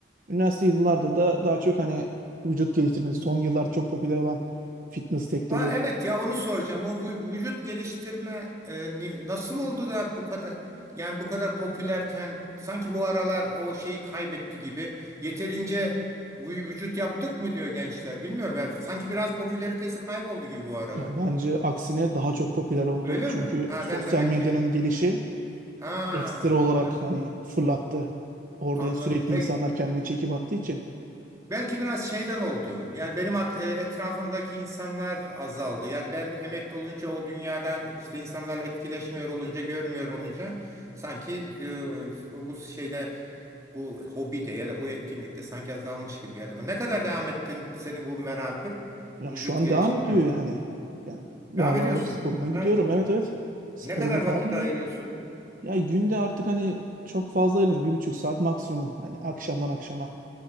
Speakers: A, on the right; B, on the right.
A: Üniversite yıllarda da daha çok hani vücut geliştirmesi, son yıllarda çok popüler olan fitness sektörü.
B: Ha evet ya onu soracağım. O vü- vücut geliştirme e, ni- nasıl oldu da bu kadar yani bu kadar popülerken sanki bu aralar o şeyi kaybetti gibi. Yeterince vü- vücut yaptık mı diyor gençler. Bilmiyorum ya sanki biraz popülaritesi kayboldu gibi bu aralar.
A: Ya bence aksine daha çok popüler oldu.
B: Öyle
A: Çünkü
B: mi? Ha
A: sosyal
B: ben demek
A: medyanın
B: ki
A: gelişi
B: ha
A: ekstra olarak
B: olabilir.
A: hani fırlattı. Orada
B: Anladım.
A: sürekli
B: Peki.
A: insanlar kendini çekip attığı için.
B: Belki biraz şeyden oldu. Yani benim at- e, etrafımdaki insanlar azaldı. Yani ben emekli olunca o dünyadan işte insanlarla etkileşmiyor olunca, görmüyor olunca sanki e, bu bu şeyde bu hobide ya da bu etkinlikte sanki azalmış gibi geldi. Ama Ne kadar devam ettin senin bu merakın,
A: Ya
B: vücut
A: şu an
B: geliştirme
A: devam ediyor
B: falan?
A: hani. Yani normal
B: Devam ediyorsun.
A: olarak sporuma gidiyorum.
B: Ha çok
A: Evet
B: iyi.
A: evet. Sporuma
B: Ne kadar vakit
A: falan gidiyorum.
B: ayırıyorsun?
A: Ya günde artık hani çok fazla ayırmıyorum. Bir buçuk saat maksimum. Hani akşamdan akşama.